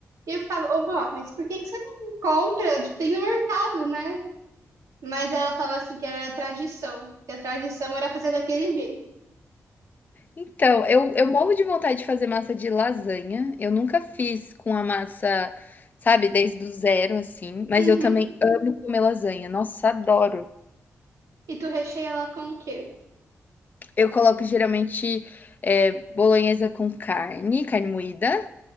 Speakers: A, on the right (about 90°); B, on the left (about 35°).
A: E eu ficava, ô vó, mas por que que você não compra? Tipo, tem no mercado, né? Mas ela falava assim que era tradição, que a tradição era fazer daquele jeito.
B: Então, eu eu morro de vontade de fazer massa de lasanha, eu nunca fiz com a massa, sabe, desde o zero, assim, mas
A: Uhum.
B: eu também amo comer lasanha, nossa, adoro.
A: E tu recheia ela com o quê?
B: Eu coloco geralmente, eh, bolonhesa com carne, carne moída